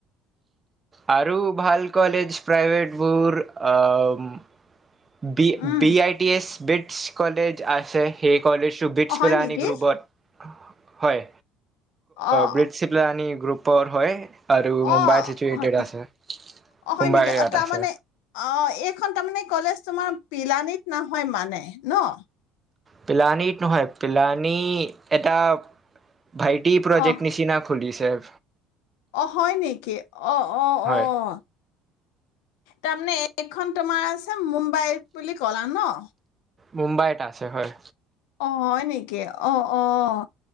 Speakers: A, on the right; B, on the left.
A: আৰু ভাল কলেজ প্ৰাইভেটবোৰ um B
B: um,
A: B I T S. BITS college আছে। স কলেজ শুবিটছ
B: অ', হয়
A: প্লাানিক
B: নেকি?
A: গ ৰৰুবট। হয়।
B: অ',
A: ব্ৰিটচ গ্ৰুপ। পৰ হয়। আৰু মুম্বাইত
B: অ',
A: চিটুৱেটেড
B: হয়,
A: আছে
B: অ' হয়
A: মুম্বাই
B: নেকি?
A: ইয়াত
B: অ' তাৰমানে,
A: আছে
B: অ' এইখন তাৰমানে কলেজ। তোমাৰ পিলানীত নহয় মানে, ন?
A: পিলানীত নহয়, পিলানী এটা। ভাইটি প্ৰজেক্ট
B: অ',
A: নিচিনা খুলিছ। ছেভ।
B: অ', হয় নেকি? অ', অ',
A: হয়
B: অ'। তাৰমানে এ এইখন তোমাৰ আছে মুম্বাইত বুলি কলা ন?
A: মুম্বাইত আছে হয়।
B: অ', হয় নেকি? অ', অ',